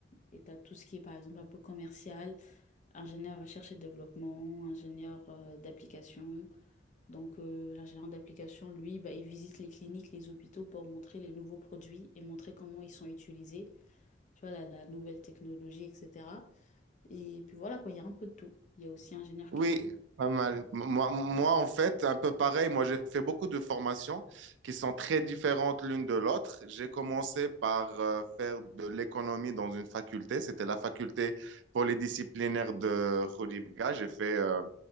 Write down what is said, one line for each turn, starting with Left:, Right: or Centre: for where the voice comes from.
Left: et tu as tout ce qui est, par exemple, un peu commercial, ingénieur recherche et développement, ingénieur euh, d'application. Donc, euh, l'ingénieur d'application, lui, bah, il visite les cliniques, les hôpitaux pour montrer les nouveaux produits et montrer comment ils sont utilisés, tu vois, la, la nouvelle technologie, etc. Et puis voilà, quoi, il y a un peu de tout. Il y a aussi ingénieur
Right: Oui,
Left: qualité.
Right: pas mal. Moi, moi, en fait, un peu pareil. Moi, j'ai fait beaucoup de formations qui sont très différentes l'une de l'autre. J'ai commencé par euh, faire de l'économie dans une faculté. C'était la faculté polydisciplinaire de Khouribga. J'ai fait euh,